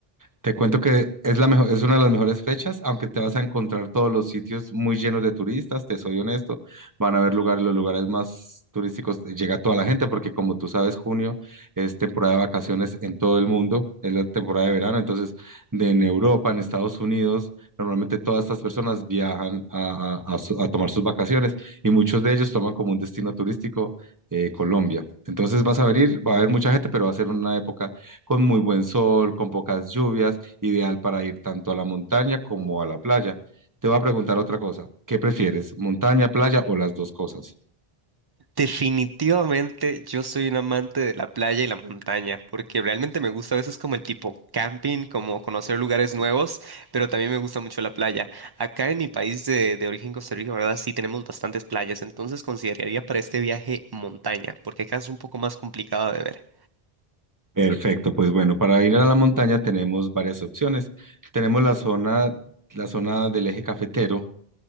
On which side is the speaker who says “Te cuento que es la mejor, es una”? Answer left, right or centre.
Right